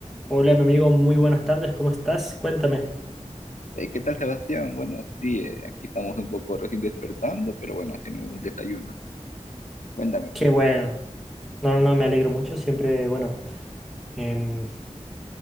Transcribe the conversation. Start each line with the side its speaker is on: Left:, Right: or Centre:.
Centre: Hola, mi amigo, muy buenas tardes, ¿cómo estás? Cuéntame.
Left: Eh, ¿qué tal, Sebastián? Bueno, sí, eh, aquí estamos un poco recién despertando, pero bueno, haciendo el desayuno. Cuéntame.
Centre: Qué bueno. No, no, no, me alegro mucho, siempre, bueno. em,